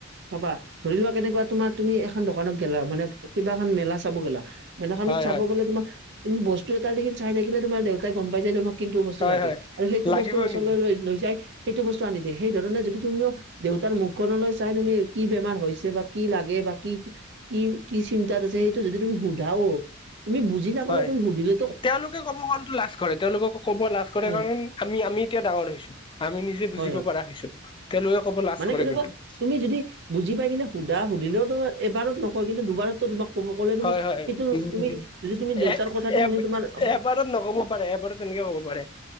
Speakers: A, on the right; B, on the left.
A: চাবা ধৰি লোৱা কেনেকুৱা তোমাৰ তুমি এখন দোকানত গেলা মানে কিবা এখন মেলা চাব গেলা। মেলাখনত
B: হয়
A: চাব
B: হয়
A: গ'লে তোমাক তুমি বস্তু এটা দেখি চাই থাকিলে তোমাৰ দেউতাই গম পাই যায় তোমাক কিন্তু বস্তু
B: হয়
A: লাগে
B: হয়
A: আৰু সেইটো
B: লাগিব
A: বস্তুৰ ওচৰলৈ
B: নেকি
A: লৈ লৈ যায়। সেইটো বস্তু আনি দিয়ে সেই ধৰণে যদি তুমিও দেউতাৰ মুখখনলৈ চা চাই তুমি কি বেমাৰ হৈছে বা কি লাগে বা কি কি কি চিন্তাত আছে সেইটো যদি তুমি সুধাও, তুমি বুজি নাপালে
B: হয়
A: তুমি সুধিলে
B: তেওঁলোকে ক'ব গলেতো লাজ কৰে, তেওঁলোকে ক'ব লাজ কৰে
A: হয়
B: কাৰণেতো আমি আমি এতিয়া ডাঙৰ হৈছো। আমি নিজে বুজিব
A: হয় হয়
B: পৰা হৈছো, তেওঁলোকে কব লাজ
A: মানে
B: কৰে
A: কেনেকুৱা
B: কিন্তু।
A: তুমি যদি বুজি পাই কিনে সুধা সুধিলেও তোমাৰ এবাৰত নকয় কিন্তু দুবাৰতো তোমাক কব ক'লে তুমি
B: হয় হয়
A: সেইটো
B: উম
A: তুমি যদি তুমি দেউতাৰ
B: এ
A: কথাটো
B: এ
A: শুনি তোমাৰ হ
B: এবাৰত নক'ব পাৰে এবাৰত তেনেকে হ'ব পাৰে,